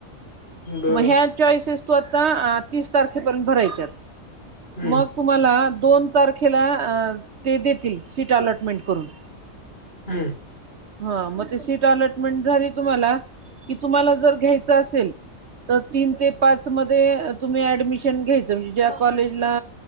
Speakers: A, on the left (about 45°); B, on the right (about 60°).
A: बर
B: म ह्या चॉईसेस तू आता अ तीस तारखेपर्यंत भरायच्यात
A: हम्म
B: मग तू म्हाला दोन तारखेला अ ते देतील शीट अलॉटमेंट करून.
A: हू!
B: हा मग ते सीट अलॉटमेंट झाली तुम्हाला कि तुम्हाला जर घ्यायचं असेल त तीन ते पाच मध्ये तुम्ही ऍडमिशन घ्यायच म्हणजे ज्या कॉलेजला